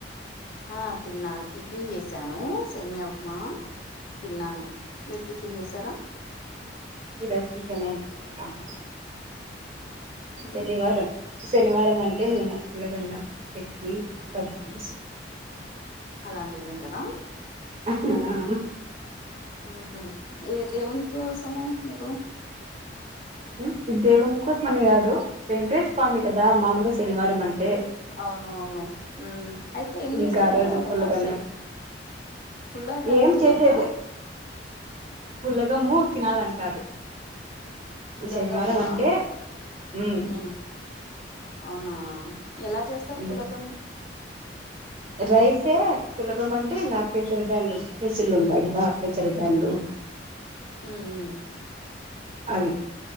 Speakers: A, on the left; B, on the right.
A: ఆ తిన్నా టిఫిన్ చేసాను సేమ్యా ఉప్మా తిన్నాను మీరు టిఫిన్ చేసారా
B: ఈరోజు చికెన్ <unintelligible>
A: ఉమ్
B: శనివారం శనివారం అంటే మేము పులగన్నం చట్నీ పచ్చిపులుస్
A: అలాంటివి తింటారా
B: ఆహా ఆ
A: ఉహు ఏ దేవుని కోసము మీరు
B: ఉ దేవుని కోస్ మని కాదు వెంకటేస్ స్వామి కదా మాముగా శనివారం అన్
A: అవును అవును ఉ అయితే ఏం చేస్తారు
B: ఇంకా రోజు
A: ఆ
B: పులగన్నం
A: ఆ శని పుల్లదనం
B: ఏం
A: తినొద్దా
B: చేసేదే పులగము తినాలంటారు
A: పులగామా
B: శనివారం అంటే ఉమ్
A: ఉ అవునా ఎలా చేస్తారు
B: ఉమ్
A: పులగం
B: రైసే పులగమ అంటే ఇంకా పెసరి బ్యాలు పెసిళ్లు ఉంటాయి కదా పెసిరి బ్యాల్లు.
A: ఉ ఉ
B: అవి